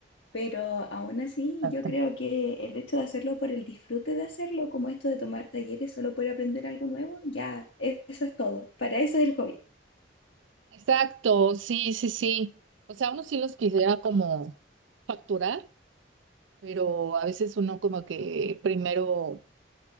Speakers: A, on the left; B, on the right.
A: Pero aún así,
B: Exacto.
A: yo creo que el hecho de hacerlo por el disfrute de hacerlo, como esto de tomar talleres solo por aprender algo nuevo, ya e- eso es todo. Para eso es el hobby.
B: Exacto, sí, sí, sí. O sea, uno sí los quisiera como facturar, pero a veces uno como que primero